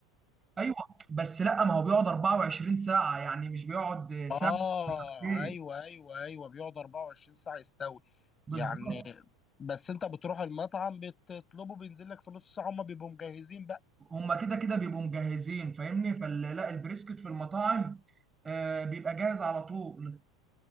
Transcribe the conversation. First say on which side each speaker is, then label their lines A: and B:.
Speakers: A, on the right; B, on the left.
A: ايوه بس لا ما هو بيقعد 24 ساعة يعني مش بيقعد ساعة
B: اه
A: ايه
B: ايوه ايوه ايوه بيقعد 24 ساعه يستوي
A: بالظبط
B: يعني بس انت بتروح المطعم بتطلبه بينزل لك في نص ساعه هما بيبقوا مجهزين بقى
A: هما كده كده بيبقوا مجهزين فاهمني فلا البريسكت في المطاعم آه بيبقى جاهز على طول